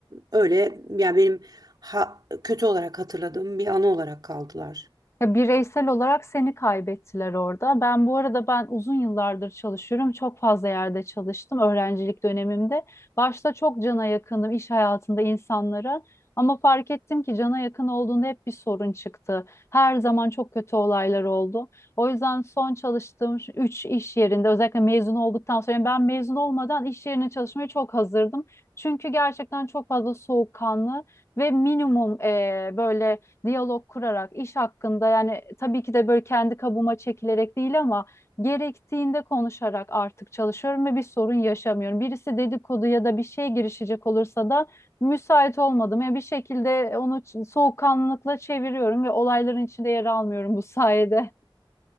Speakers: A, on the right (about 50°); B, on the left (about 30°).
A: öyle yani benim ha- kötü olarak hatırladığım bir anı olarak kaldılar.
B: Ya bireysel olarak seni kaybettiler orada. Ben bu arada ben uzun yıllardır çalışıyorum. Çok fazla yerde çalıştım öğrencilik dönemimde. Başta çok cana yakınım iş hayatında insanlara. Ama fark ettim ki cana yakın olduğunda hep bir sorun çıktı. Her zaman çok kötü olaylar oldu. O yüzden son çalıştığım şu 3 iş yerinde özellikle mezun olduktan sonra yani ben mezun olmadan iş yerine çalışmaya çok hazırdım. Çünkü gerçekten çok fazla soğukkanlı ve minimum eee, böyle diyalog kurarak iş hakkında yani tabii ki de böyle kendi kabuğuma çekilerek değil ama gerektiğinde konuşarak artık çalışıyorum ve bir sorun yaşamıyorum. Birisi dedikodu ya da bir şey girişecek olursa da müsait olmadım. Yani bir şekilde onu ç- soğukkanlılıkla çeviriyorum ve olayların içinde yer almıyorum bu sayede.